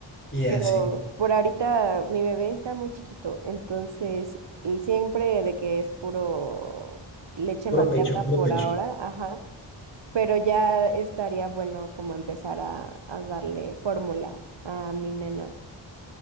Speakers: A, on the left; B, on the right.
A: Y así.
B: Pero por ahorita mi bebé está muy chiquito, entonces él siempre de que es puro leche
A: Puro
B: materna
A: pecho, puro
B: por
A: pecho.
B: ahora, ajá. Pero ya estaría bueno como empezar a, a darle fórmula a mi nena.